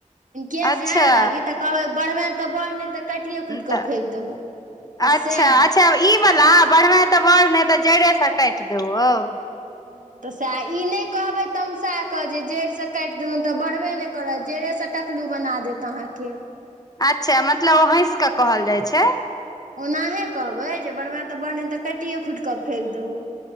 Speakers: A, on the right; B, on the left.
A: केश
B: अच्छा
A: झाड़े लागी तऽ कहब बढ़बै त बढ़ नै त काट काटिये खूटि
B: तऽ
A: क फेेक देबो आ
B: अच्छा
A: सए
B: अच्छा ई वाला बढ़बइ तऽ बड़ नहि तऽ जड़े से काइट देब
A: ह तऽ सएह ई नहि कहबै तमसा कऽ जे जड़िसँ काटि देबनि तऽ बढ़बे नहि करत जड़िस टकलू बना देत अहाँके
B: अच्छा मतलब ओ हँस कऽ कहल जाइ छ
A: ओनाहे कहबै जे बरबा तऽ बन तऽ कटिए खूटि कऽ फेक देब